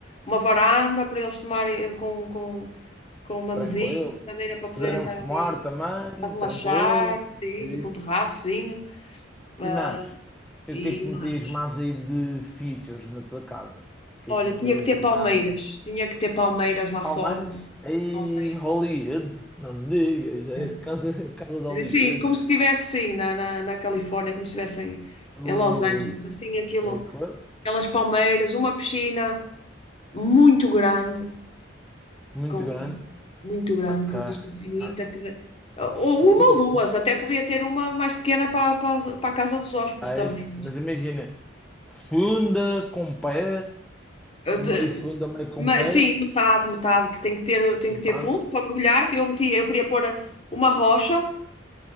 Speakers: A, on the left; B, in the centre.
A: uma varanda para eles tomarem eh, com, com, com uma
B: tranquilo.
A: mesinha, uma cadeira para
B: Se
A: poderem
B: quiserem
A: estar
B: fumar
A: ali
B: também,
A: a relaxar,
B: tranquilo.
A: assim,
B: É
A: tipo
B: Isso.
A: um terraçozinho, ah,
B: E mais, e
A: e
B: o que é que
A: mais.
B: metias mais aí de features na tua casa? O que
A: Olha,
B: é que metias
A: tinha que ter
B: mais?
A: palmeiras, tinha que ter palmeiras lá
B: Palmeiras?
A: fora,
B: Aí,
A: palmeiras.
B: Hollywood, não me digas, é
A: yeah.
B: a casa, a casa de Hollywood.
A: Sim, como se estivesse sim, na, na, na Califórnia, como se estivesse em,
B: Ui,
A: em Los Angeles, assim, aquilo,
B: é coisa
A: aquelas palmeiras, uma piscina muito grande,
B: muito
A: com,
B: grande.
A: muito grande,
B: Ok,
A: com vista infinita,
B: ok.
A: que, dá- ou uma
B: Profundo.
A: ou duas, até podia ter uma mais pequena para, para, os- para a casa dos hóspedes
B: É
A: também.
B: isso. Mas imagina, funda com pé,
A: Eu
B: meio
A: de-
B: funda, meio com
A: Mas
B: pé,
A: sim, metade, metade, que tem que ter, tem
B: não
A: que ter
B: tá?
A: fundo para mergulhar, que eu meti, eu queria pôr uma rocha